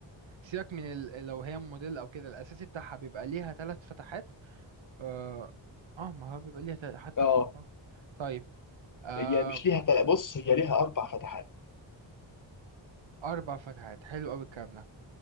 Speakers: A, on the right; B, on the left.
A: سيبك من ال... لو هي موديل او كده الاساسي بتاعها بيبقى ليها ثلاث فتحات اه, آه ما هو بيبقى ليها تل... حتى
B: اه
A: فوق آه. طيب آه
B: هي مش ليها تل... بص هي ليها أربع فتحات
A: اربع فتحات حلو اوي الكلام ده